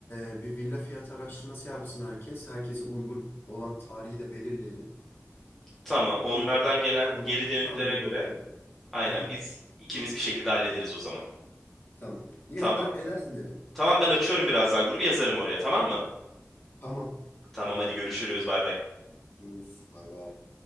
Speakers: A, on the left (about 50°); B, in the centre.
A: e, bir villa fiyat araştırması yapsın herkes. Herkese uygun olan tarihi de belirleyelim.
B: Tamam onlardan
A: Ona göre
B: gelen
A: yanına
B: geri dönütlere
A: tam yerine
B: göre
A: oturun.
B: aynen
A: Aha,
B: biz ikimiz bir şekilde hallederiz o zaman.
A: tamam. İyi
B: Tamam.
A: haber edersin beni.
B: Tamam ben açıyorum birazdan grubu yazarım oraya tamam mı?
A: Tamam.
B: Tamam hadi görüşürüz bay bay.
A: Görüşürüz. Bay bay.